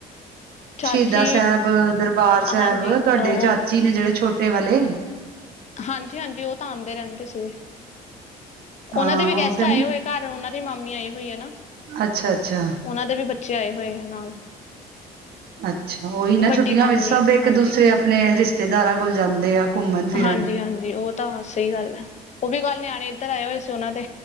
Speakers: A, on the left (about 40°); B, on the right (about 65°).
A: ਚਾਚੀ
B: ਸ਼ਹੀਦਾ ਸਾਹਿਬ, ਦਰਬਾਰ ਸਾਹਿਬ,
A: ਹਾਂਜੀ
B: ਤੁਹਾਡੇ
A: ਉਹ
B: ਚਾਚੀ ਨੇ ਜਿਹੜੇ ਛੋਟੇ ਵਾਲੇ
A: ਹਾਂਜੀ- ਹਾਂਜੀ, ਉਹ ਤਾਂ ਆਂਦੇ ਰਹਿੰਦੇ ਸੀਗੇ, ਉਹਨਾਂ
B: ਹਾਂ
A: ਦੇ ਵੀ ਗੈਸਟ
B: ਉਹ ਤੇ
A: ਆਏ ਹੋਏ ਘਰ ਫੇਰ, ਉਹਨਾਂ ਦੀ ਮਾਮੀ ਆਈ ਹੋਈ ਹੈ ਨਾ
B: ਅੱਛਾ ਅੱਛਾ
A: ਉਹਨਾਂ ਦੇ ਵੀ ਬੱਚੇ ਆਏ ਹੋਏ ਆ, ਨਾਲ
B: ਅੱਛਾ, ਉਹੀ ਨਾ
A: ਵੱਡੀ
B: ਛੁੱਟੀਆਂ
A: ਮਾਮੀ
B: ਵਿੱਚ ਸਭ ਇੱਕ
A: ਹਾਂਜੀ
B: ਦੂਸਰੇ ਆਪਣੇ ਰਿਸ਼ਤੇਦਾਰਾਂ ਕੋਲ ਜਾਂਦੇ ਆ, ਘੁੰਮਣ ਫਿਰਨ
A: ਹਾਂਜੀ ਹਾਂਜੀ ਉਹ ਤਾਂ ਸਹੀ ਗੱਲ ਹੈ, ਉਹ ਵੀ ਕੱਲ੍ਹ ਨਿਆਣੇ ਇੱਧਰ ਆਏ ਹੋਏ ਸੀ ਉਹਨਾਂ ਦੇ